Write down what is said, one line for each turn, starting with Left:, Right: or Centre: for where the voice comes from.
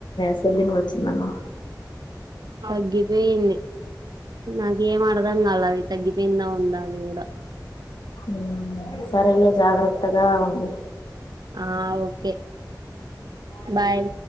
Left: స్వేలింగ్ వచ్చింది అన్న
Right: తగ్గిపోయింది నాకేం అర్థంగలే అది తగ్గిపోయిందా ఉందా అని కూడ
Left: ఉమ్ సరేలే జాగ్రత్తగ ఉండు
Right: ఆ ఓకే బాయ్